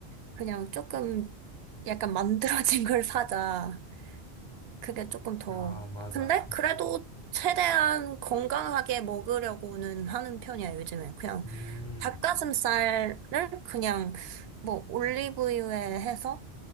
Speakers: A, on the right; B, on the left.
A: 그냥 조금 약간 만들어진 걸 사자. 그게 조금 더.
B: 아, 맞아.
A: 근데 그래도 최대한 건강하게 먹으려고는 하는 편이야, 요즘에. 그냥
B: 음.
A: 닭가슴살을 그냥 뭐 올리브유에 해서